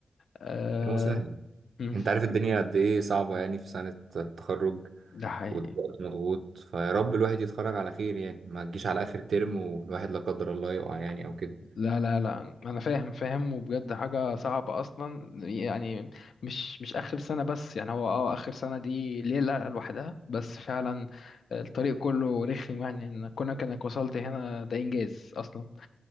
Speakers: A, on the left (about 85°); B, on the right (about 80°).
A: آه...
B: يعني مسهل
A: مم،
B: أنت عارف الدنيا قد إيه صعبة يعني في سنة التخرج
A: ده حقيقي
B: والوقت مضغوط فيا رب الواحد يتخرج على خير يعني ما تجيش على آخر ترم والواحد لا قدر الله يقع يعني أو كده
A: لا لا لا انا فاهم فاهم وبجد حاجه صعبه اصلا يعني مش مش اخر سنه بس يعني هو اه اخر سنه دي ليله لوحدها بس فعلا الطريق كله رخم يعني ان كونك انك وصلت هنا ده انجاز اصلا